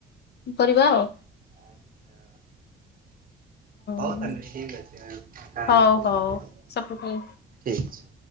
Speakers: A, on the left; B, on the right.
A: କରିବା ଆଉ।
B: ଆଚ୍ଛା ହଉ
A: ହୁଁ
B: ତାହେଲେ ଠିକ ଅଛି ଫାଙ୍କା ହେଲେ
A: ହଉ
B: କଲ୍
A: ହଉ
B: କରିବ
A: ସବୁ
B: ଠିକ ଅଛି।